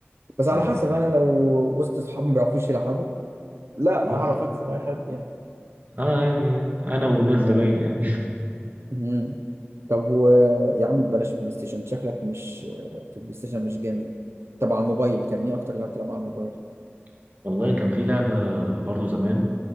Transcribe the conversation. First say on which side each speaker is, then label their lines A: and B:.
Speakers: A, on the right; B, on the right.
A: بس على
B: اه
A: حسب انا لو وسط اصحابي ما بيعرفوش يلعبوا لا
B: بالظبط
A: اعرف اكسب اي حد يعني
B: اه يعني انا والناس زمايلي يعني
A: امم طب و... يا عم بلاش بلاي ستيشن أنت شكلك مش في البلاي ستيشن مش جامد طب على الموبايل كان ايه اكتر لعبه تلعب على الموبايل
B: <laughs> والله كان في لعبة برضو زمان